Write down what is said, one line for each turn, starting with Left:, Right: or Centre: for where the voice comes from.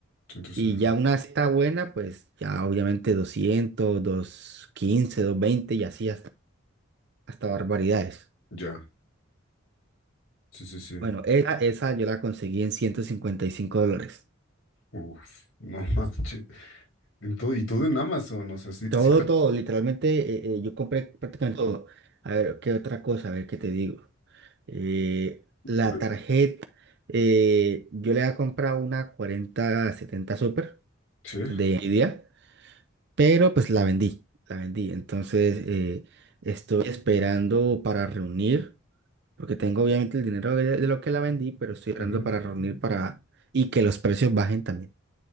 Left: Entonces,
Right: y
Left: ajá,
Right: ya una está buena, pues ya obviamente doscientos, doscientos quince, 215, veinte y así hasta, hasta barbaridades.
Left: Ya, sí, sí, sí.
Right: Bueno, esa, esa yo la conseguí en 155 dólares.
Left: Uf, <laughs> no manches. En todo- y todo en Amazon, o sea, sí,
Right: Todo,
Left: sí, era
Right: todo, literalmente eh, eh, yo compré prácticamente todo. A ver, ¿qué otra cosa? A ver, ¿qué te digo? Eh, la
Left: por- e,
Right: tarjeta, eh, yo le había comprado una cuarenta setenta Super
Left: sí,
Right: de Nvidia, pero pues la vendí, la vendí. Entonces eh, estoy esperando para reunir, porque tengo obviamente el dinero de, de lo que la vendí, pero estoy esperando
Left: ujú,
Right: para reunir para y que los precios bajen también.